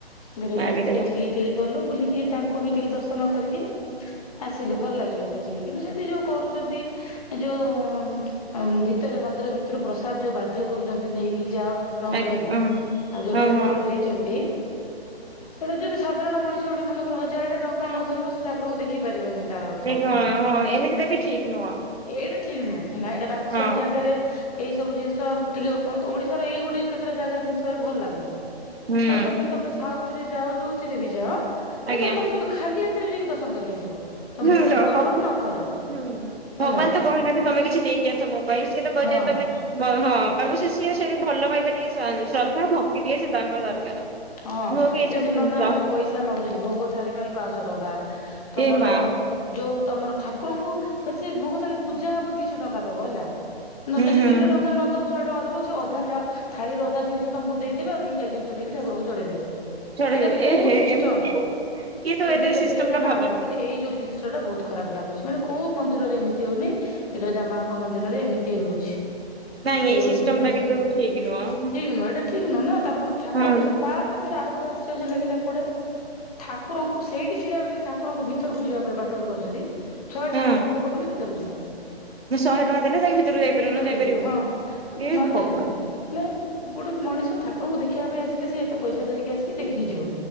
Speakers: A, on the left; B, on the right.
A: ବରିଜା
B: ମା ବିରଜା
A: ସେଇଠିକି ଟିକେ ଗଲୁ ବୁଲିକି ତାଙ୍କୁ ବି ଟିକେ ଦର୍ଶନ କରିକି ଆସିଲୁ ଭଲ ଲାଗିଲା ସେଠି ବି କିନ୍ତୁ ସେଠି ଯୋଉ କରୁଛନ୍ତି ଯୋଉ ଭିତରେ ମନ୍ଦିର ଭିତରୁ ପ୍ରସାଦ ଯୋଉ ବାଧ୍ୟ କରୁଛନ୍ତି ନେଇକି ଯାଅ ଠାକୁରଙ୍କ
B: ଆଜ୍ଞା
A: ଲାଗି ଆଉ ଯୋଉ
B: ହଁ
A: ରେଡ
B: ହଁ
A: କରି ଦେଇେଇଛନ୍ତି। ସେଇଟା ଯଦି ସାଧାରଣ ମଣିଷ ଗୋଟେ ମାନଙ୍କର ହଜାର ଟା
B: ହଁ
A: ଟଙ୍କା ନ ଧରିବ ସେଠକୁରଙ୍କୁ ଦେଖିପାରିବନି ତାର।
B: ଦେ ହଁ ହଁ ଏମିତି ତ ବି ଠିକ ନୁହଁ।
A: ଏଇଟା ଠିକ ନୁହଁ ହେଲା ଏଇଟା ବାକି
B: ହଁ
A: ସବୁ ଜାଗାରେ ଏଇ ସବୁ ଜିନିଷ ଟିକେ ଓଡିଶାର ଏଇ ଗୋଟେ କେତେଟା ଜାଗା ଜିନିଷ ଭଲ ଲାଗୁନି
B: ହୁଁ
A: ନହଲେ ତମେ ତମେ ସାଉଥ ରେ ଯାଅ ଯୋଉଥିରେ ବି ଯାଅ ସେ
B: ଆଜ୍ଞା
A: ତମେ ଦର୍ଶନ ଖାଲି ରାତିରେ ବି ଯାଇକି ଦର୍ଶନ କରିକି ଆସିବ। ତ
B: ହୁଁ
A: ଭୋଗ କର
B: ସବୁ
A: ନ କର
B: ହୁଁ
A: ହେଲା।
B: ଭଗବାନ ତ କହିନାହାନ୍ତି ତମେ କିଛି ନେଇକିଆସୋ ପାଇଁ ସିଏ ତ କହିଦଛନ୍ତି
A: ହଁ।
B: ତମେ। ହଁ ତାଙ୍କୁ ସେ ସିଏ ସେ ଭଲ ପାଇପାରିକେ ଶ୍ରଦ୍ଧା ଭତି ଟଏ ସେ ତାଙ୍କ ଦରକାର
A: ହଁ
B: ନୁହ କି ଏଇ
A: ସେଠି
B: ସବୁ ଜିନିଷ।
A: ସେ ଆମକୁ ଯଛନ୍ତି ଭୋଗ ଥାଳି ପାଇଁ ପାଞ୍ଚଶହ ଟଙ୍କା ତମର
B: ଏ ମା
A: ଯୋଉ ତମର ଠାକୁରଙ୍କୁ ଫ ସେ ଭୋଗତାଳି ପୂଜା ହବ ଦିଶହ ଟଙ୍କା ଦବ ହେଲା। ନ
B: ହୁଁ
A: ଯଦି
B: ହୁଁ
A: ଦିଇଶହ ଟଙ୍କା ନଦବ ଶହେ ଟଙ୍କା ଦବ ସେ ଅଧା ଥାଳିରେ ଅଧା ଜିନିଷ ତମକୁ ଦେଇଦେବେ ଆଉ ଜିନିଷ ନେଇକ ଠାକୁଙ୍କୁଢେଇ ଦେବେ। ଏଇଟା
B: ଛାଡ
A: କୋଉ
B: ଏ ହେ
A: ସିଷ୍ଟମ
B: ଏମତି ଇଏ ତ
A: ଏ
B: ସିଷ୍ଟମ
A: ବିରଜା
B: ଟା
A: ମାଙ୍କ
B: ଭଲ
A: ପାଖରେ
B: ନୁହଁ।
A: ଏଇ ଯୋଉ ଜିନିଷଟା ବହୁତ ଖରାପ ଲାଗୁଛି। ମାନେ କୋଉ ମନ୍ଦିରରେ ଏମିତି ହଉନି। ବିରଜା ମାଙ୍କ ମନ୍ଦିରରେ ଏମିତି ହଉଛି।
B: ନାଇଁ
A: ସେଇ
B: ଏଇ
A: ଗୋଟେ
B: ସିଷ୍ଟମ
A: ଜିନିଷ
B: ଟା କିନ୍ତୁ ଠିକ
A: ଠିକ
B: ନୁହଁ ହଁ
A: ନୁହଁ। ଏଇଟା ଠିକ ନୁହଁ ନା। ତାପରେ ଠାକୁର
B: ଆଜ୍ଞା
A: ତାପରେ ଫେରେ ଆଉ ଗୋଟେ ଆଶ୍ଚର୍ଯ୍ୟ ଲାଗିଲା କୋଉଠେ ଠାକୁରଙ୍କୁ ସେଇଠି ଛିଡା ଟିକେ ଠା କୁକୁରଙ୍କ ଭିତରକୁ ଯିବା ପାଇଁ ବାଟ ବାଟୁ କରୁଛନ୍ତି। ଛଅଟା
B: ହଁ।
A: ଟଙ୍କା ଦବ ବୋଲି ଭିତରକୁ ଯିବ।
B: ମୁଁ ଶହେ ଟଙ୍କା ଦେଲେ ଯାଇକି ଭିତରକୁ ଯାଇପାରିବୁନୁ
A: ଭିତରକୁ
B: ଯାଇପାରିବୁନି
A: ଯିବ ହଁ ନହେଲେ
B: ଏ ଭଗବାନ।
A: ଯାଇପାରିବନି। ହେଲା ଗୋଟେ ମଣିଷ ଠାକୁରଙ୍କୁ ଦେଖିବା ପାଇଁ ଆସିଲେ ସେ ଏତେ ପଇସା ଧରିକି ଆସିକି ଦେଖିକି ଯିବ।